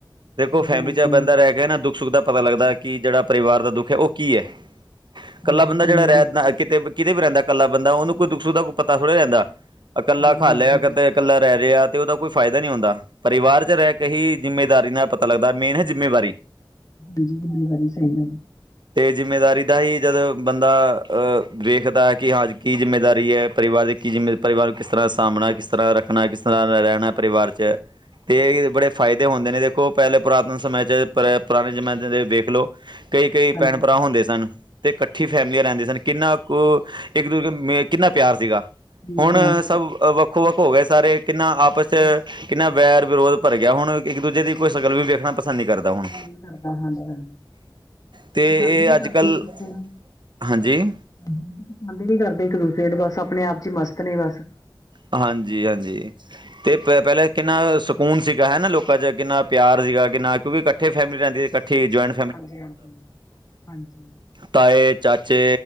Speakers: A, on the right (about 65°); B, on the left (about 45°).
A: ਦੇਖੋ
B: ਜੀ
A: ਫੈਮਿਲੀ
B: ਹਾਂਜੀ ਹਾਂਜੀ ਹਾਂਜੀ
A: ਚ ਬੰਦਾ ਰਹਿ ਕੇ ਨਾ, ਦੁੱਖ ਸੁੱਖ ਦਾ ਪਤਾ ਲੱਗਦਾ। ਕਿ ਜਿਹੜਾ ਪਰਿਵਾਰ ਦਾ ਦੁੱਖ ਹੈ ਉਹ ਕੀ ਹੈ? ਇਕੱਲਾ
B: ਹਾਂਜੀ
A: ਬੰਦਾ
B: ਕੀ
A: ਜਿਹੜਾ
B: ਗੱਲ
A: ਰਹਿੰਦਾਂ
B: ਹੈ ਤੁਸੀਂ?
A: ਕਿਤੇ ਕਿਤੇ ਵੀ ਰਹਿੰਦਾ ਇਕੱਲਾ ਬੰਦਾ, ਉਹਨੂੰ ਕੋਈ ਦੁੱਖ ਸੁਖ ਦਾ ਕੋਈ ਪਤਾ ਥੋੜ੍ਹਾ ਰਹਿੰਦਾਂ ਇਕੱਲਾ,
B: ਹਾਂਜੀ
A: ਖਾ
B: ਹਾਂਜੀ
A: ਲਿਆ ਕਤੇ ਇਕੱਲਾ ਰਹਿ ਰਿਹਾ ਆ ਤੇ ਉਹਦਾ ਕੋਈ ਫਾਇਦਾ ਨਹੀਂ ਹੁੰਦਾ। ਪਰਿਵਾਰ ਚ ਰਹਿ ਕੇ ਹੀ ਜਿੰਮੇਦਾਰੀ ਨਾਲ ਪਤਾ ਲੱਗਦਾ। ਮੇਨ ਹੈ, ਜਿੰਮੇਵਾਰੀ
B: ਹਾਂਜੀ! ਕਿੰਨੇ ਵਾਰੀ ਸਹੀ ਗੱਲ ਹੈ।
A: ਤੇ ਜਿੰਮੇਦਾਰੀ ਦਾ ਹੀ ਜਦੋਂ ਬੰਦਾ, ਅਹ ਵੇਖਦਾ ਹੈ। ਕਿ ਹਾਂ ਕੀ ਜਿੰਮੇਦਾਰੀ ਹੈ। ਪਰਿਵਾਰਿਕ ਕਿ ਜਿਵੇਂ ਪਰਿਵਾਰ ਕਿਸ ਤਰ੍ਹਾਂ ਸਾਂਭਣਾ, ਕਿਸ ਤਰ੍ਹਾਂ ਰੱਖਣਾ, ਕਿਸ ਤਰ੍ਹਾਂ ਰਹਿਣਾ ਪਰਿਵਾਰ 'ਚ
B: ਹ
A: ਅਤੇ ਇਹ ਬੜੇ ਫਾਇਦੇ ਹੁੰਦੇ ਨੇ ਦੇਖੋ। ਪਹਿਲੇ ਪੁਰਾਤਨ ਸਮੇ'ਚ ਪਰ ਪੁਰਾਣੇ ਜ਼ਮਾਨੇ 'ਚ ਵੇਖ ਲਓ। ਕਈ -ਕਈ
B: ਹਾਂਜੀ
A: ਭੈਣ ਭਰਾ ਹੁੰਦੇ ਸਨ ਤੇ ਇਕੱਠੀ ਫੈਮਲੀਆਂ ਰਹਿੰਦੇ ਸਨ। ਕਿੰਨਾ ਉਹ ਇੱਕ ਦੂਜੇ ਮ ਕਿੰਨਾ ਪਿਆਰ ਸੀਗਾ।
B: ਇੰਨਾ
A: ਹੁਣ
B: ਪਿਆਰ ਸੀਗਾ
A: ਸਭ ਵ ਕੋਕ ਹੋ ਗਏ। ਸਾਰੇ ਕਿੰਨਾ ਆਪਸ ਚ
B: ਬਸ
A: ਕਿੰਨਾ ਵੈਰ ਵਿਰੋਧ ਭਰ ਗਿਆ। ਹੁਣ ਇੱਕ ਦੂਜੇ ਦੀ ਕੋਈ ਸ਼ਕਲ ਵੀ ਵੇਖਣਾ ਪਸੰਦ ਨੀ ਕਰਦਾ ਹੁਣ।
B: ਨਹੀਂ ਕਰਦਾ ਹਾਂਜੀ! ਹਾਂ
A: ਤੇ
B: ਪਸੰਦ
A: ਇਹ
B: ਈ ਨਹੀਂ
A: ਅੱਜ
B: ਕਰਦੇ
A: ਕੱਲ੍ਹ
B: ਇੱਕ ਦੂਜੇ ਨੂੰ।
A: ਹਾਂਜੀ
B: ਪਸੰਦ ਨਹੀ ਕਰਦੇ, ਇੱਕ ਦੂਸਰੇ ਨੂੰ ਬੱਸ ਆਪਣੇ ਆਪ ਚ ਮਸਤ ਨੇ ਬੱਸ।
A: ਹਾਂਜੀ- ਹਾਂਜੀ। ਅਤੇ ਪ ਪਹਿਲੇ ਕਿੰਨਾ ਸਕੂਨ ਸੀਗਾ ਹੈਨਾ ਲੋਕਾਂ 'ਚ ਕਿੰਨਾ ਪਿਆਰ ਸੀਗਾ ਕਿੰਨਾ ਅੱਜ ਵੀ ਇਕੱਠੀ ਫੈਮਿਲੀ ਰਹਿੰਦੀ ਇਕੱਠੇ ਜੋਇੰਟ।
B: ਹਾਂਜੀ-ਹਾਂਜੀ-ਹਾਂਜੀ।
A: ਤਾਏ ਚਾਚੇ